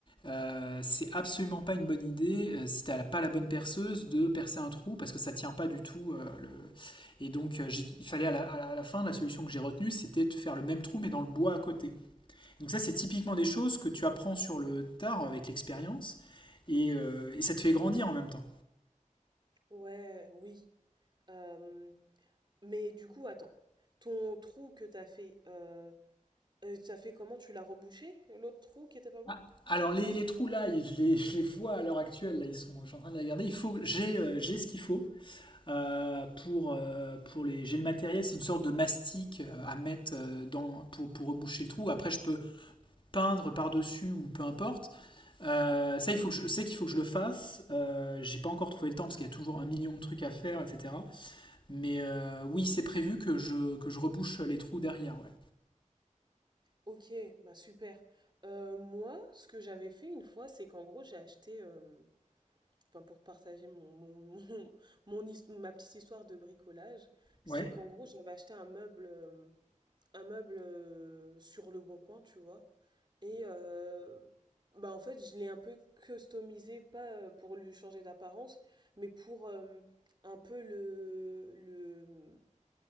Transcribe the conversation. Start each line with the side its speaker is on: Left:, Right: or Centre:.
Left: euh, c'est absolument pas une bonne idée, euh, si t'as pas la bonne perceuse, de percer un trou, parce que ça tient pas du tout. euh, le... Et donc, euh, j'ai- il fallait à la, à la- à la fin, la solution que j'ai retenue, c'était de faire le même trou, mais dans le bois à côté. Donc ça, c'est typiquement des choses que tu apprends sur le tard avec l'expérience, et, euh, et ça te fait grandir en même temps.
Right: ouais oui Euh, mais du coup attends ton trou que t'as fait euh, euh, t'as fait comment tu l'as rebouché l'autre trou qui était pas bon
Left: Ah, alors les, les trous là, je les, je les vois à l'heure actuelle, là ils sont, je suis en train de les regarder. Il faut, j'ai, euh, j'ai ce qu'il faut euh, pour, euh, pour les, j'ai le matériel, c'est une sorte de mastic euh, à mettre euh, dans pour, pour reboucher le trou. Après je peux peindre par dessus ou peu importe. Euh, ça il faut que je sais qu'il faut que je le fasse. Euh, j'ai pas encore trouvé le temps parce qu'il y a toujours un million de trucs à faire, etc. Mais euh, oui c'est prévu que je que je rebouche les trous derrière, ouais.
Right: Ok, bah super. Euh, moi, ce que j'avais fait une fois, c'est qu'en gros, j'ai acheté, euh, enfin pour te partager mon, mon, mon, <laughs> mon his- ma petite histoire de bricolage, c'est
Left: Ouais.
Right: qu'en gros, j'avais acheté un meuble, euh, un meuble euh, sur Le Bon Coin, tu vois. Et euh, bah en fait, je l'ai un peu customisé, pas euh, pour lui changer d'apparence, mais pour euh, un peu le, le,